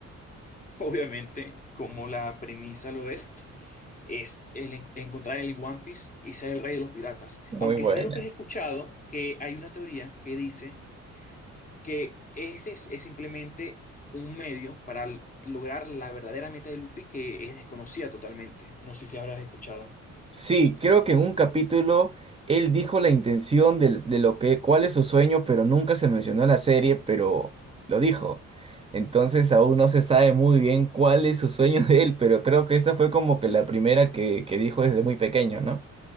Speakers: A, on the left; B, on the right.
A: <laughs> Obviamente, como la premisa lo es, es el en- encontrar el One Piece y ser el rey de los piratas.
B: Muy
A: Aunque
B: buena.
A: sabes lo que has escuchado, que hay una teoría que dice que ese es, es simplemente un medio para l- lograr la verdadera meta de Luffy que es desconocida totalmente. No sé si habrás escuchado.
B: Sí, creo que en un capítulo él dijo la intención del- de, lo que, cuál es su sueño, pero nunca se mencionó en la serie, pero lo dijo. Entonces aún no se sabe muy bien cuál es su sueño de él, pero creo que esa fue como que la primera que, que dijo desde muy pequeño, ¿no?